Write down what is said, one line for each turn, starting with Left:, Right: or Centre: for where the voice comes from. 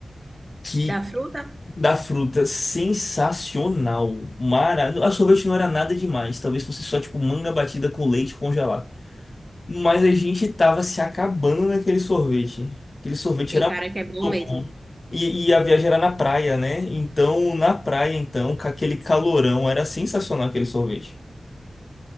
Left: que
Right: Da fruta,
Left: da fruta sensacional, mara, a sorvete não era nada demais, talvez fosse só tipo manga batida com leite congelado. Mas a gente tava se acabando naquele sorvete. Aquele sorvete
Right: tem
Left: era
Right: cara que é bom
Left: muito
Right: mesmo.
Left: bom. E, e a viagem era na praia, né? Então, na praia, então, com aquele calorão, era sensacional aquele sorvete.